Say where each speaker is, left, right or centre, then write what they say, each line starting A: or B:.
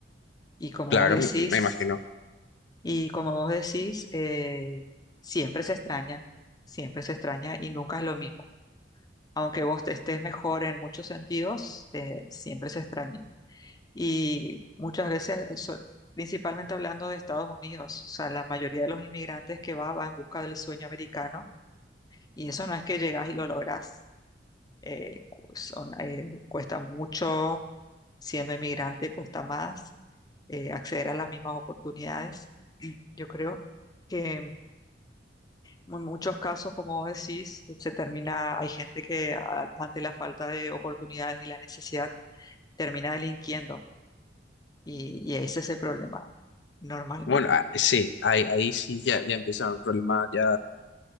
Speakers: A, on the left; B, on the left.
A: Y como
B: Claro,
A: vos decís,
B: m- me imagino.
A: y como vos decís, eh, siempre se extraña, siempre se extraña y nunca es lo mismo. Aunque vos te estés mejor en muchos sentidos, eh, siempre se extraña. Y muchas veces, so- principalmente hablando de Estados Unidos, o sea, la mayoría de los inmigrantes que va, va en busca del sueño americano y eso no es que llegás y lo lográs eh, cu- son, eh, cuesta mucho, siendo inmigrante cuesta más eh, acceder a las mismas oportunidades. Yo creo que en mu- muchos casos, como vos decís, se termina, hay gente que a- ante la falta de oportunidades y la necesidad termina delinquiendo y, y ese es el problema normalmente.
B: Bueno, ah, sí, ahí, ahí sí ya, ya empieza un problema ya,